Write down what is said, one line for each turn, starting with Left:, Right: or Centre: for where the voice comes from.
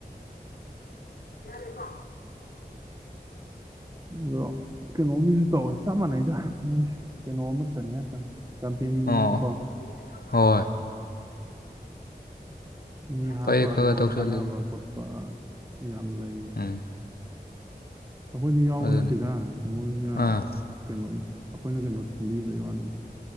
Left: ꯌꯥ <unintelligible> <inaudible>
Right: ꯑꯗꯣ ꯀꯩꯅꯣꯒꯤꯁꯨ ꯇꯧꯋꯦ ꯆꯞ ꯃꯥꯟꯅꯩꯗ ꯃꯣꯏ ꯀꯩꯅꯣꯃ ꯅꯦ ꯀꯝꯄꯦꯅꯤꯅꯤꯅꯦꯀꯣ
Left: ꯑꯣ ꯍꯣꯏ
Right: ꯃꯤ ꯍꯥꯞꯄ
Left: ꯐꯩ ꯈꯔ
Right: ꯑꯩꯉꯣꯟ
Left: ꯈꯔ ꯇꯧꯁꯜꯂꯤ
Right: ꯀꯥꯟꯅꯕ ꯈꯣꯠꯄ ꯌꯥꯝ ꯂꯩ
Left: ꯎꯝ
Right: ꯑꯩꯈꯣꯏꯗꯤ ꯌꯥꯎꯕ
Left: ꯑꯗꯨꯅꯤ
Right: ꯅꯠꯇꯦꯗ ꯃꯣꯏꯅ
Left: ꯑꯥ
Right: ꯀꯩꯅꯣ ꯑꯩꯈꯣꯏꯅ ꯀꯩꯅꯣ ꯁꯤꯟꯕꯤꯕꯩ ꯋꯥꯅꯤ